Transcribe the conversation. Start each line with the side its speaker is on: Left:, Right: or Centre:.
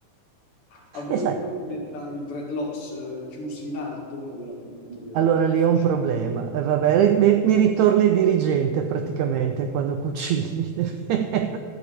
Left: A meno
Right: E sai.
Left: che non mi metta i dreadlocks eh, chiusi in alto, e allora a quel punto diventa
Right: Allora
Left: un po' difficile.
Right: lì è un problema. E vabbè, ri- mi, mi ritorna il dirigente praticamente quando cucini. <laughs>